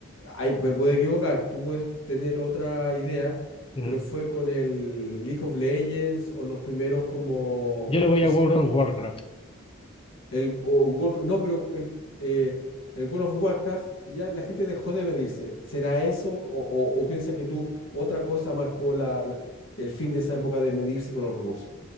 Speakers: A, on the left; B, on the left.
A: ay, me puedo equivocar, tú puedes tener otra idea,
B: ujú.
A: pero fue con el League of Legends o los primeros como,
B: Yo le voy
A: no
B: a
A: sé
B: World of Warcraft.
A: el, o Warcraft- no, pero eh, eh, el World of Warcraft ya la gente dejó de medirse. ¿Será eso o, o- o piensa que tú otra cosa marcó la, la- el fin de esa época de medirse con los recursos?